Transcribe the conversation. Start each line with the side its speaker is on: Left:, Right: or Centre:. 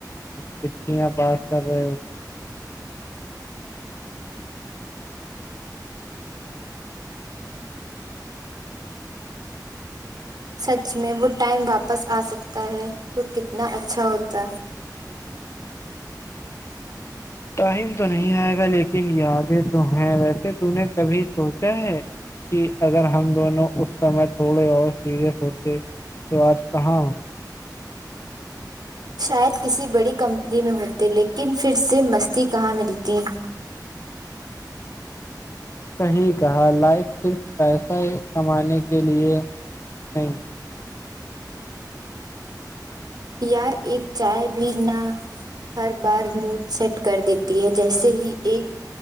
Left: چٹیاں پاس کر رہے ہو
Right: سچ میں وہ ٹائم واپس آ سکتا ہے تو کتنا اچھا ہوتا
Left: ٹائم تو نہیں آئے گا لیکن یادیں تو ہیں ویسے تو نے کبھی سوچا ہے کہ اگر ہم دونوں اس سمے تھوڑے اور سیریس ہوتے تو آج کہاں
Right: شاید کسی بڑی کمپنی میں ہوتے لیکن پھر سے مستی کہاں ملتی
Left: صحیح کہا لائف صرف پیسہ کمانے کے لیے نہیں
Right: یار ایک چائے بھی نہ ہر بار موڈ سیٹ کر دیتی ہے جیسے ہی ایک